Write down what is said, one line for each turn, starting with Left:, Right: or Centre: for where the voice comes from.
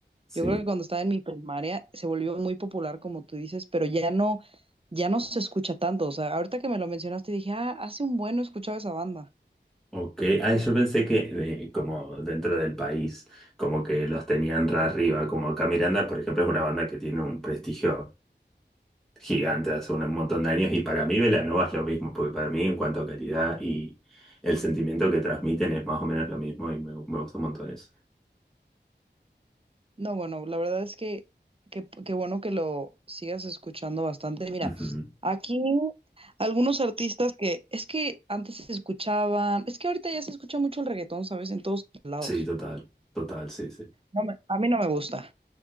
Centre: sí.
Right: Yo creo que cuando estaba en mi primaria se volvió muy popular, como tú dices, pero ya no, ya no se escucha tanto. O sea, ahorita que me lo mencionaste dije, ah, hace un bueno escuchaba esa banda.
Centre: Ok, ah, yo pensé que eh, como dentro del país, como que los tenían re arriba, como acá Miranda, por ejemplo, es una banda que tiene un prestigio gigante hace un montón de años y para mí Belanova es lo mismo, porque para mí en cuanto a calidad y el sentimiento que transmiten es más o menos lo mismo y me, me gusta un montón eso.
Right: No, bueno, la verdad es que que- qué bueno que lo sigas escuchando bastante. Mira,
Centre: Ujú.
Right: aquí algunos artistas que es que antes se escuchaban, es que ahorita ya se escucha mucho el reggaetón, ¿sabes? En todos lados.
Centre: Sí, total, total, sí, sí.
Right: No me- a mí no me gusta,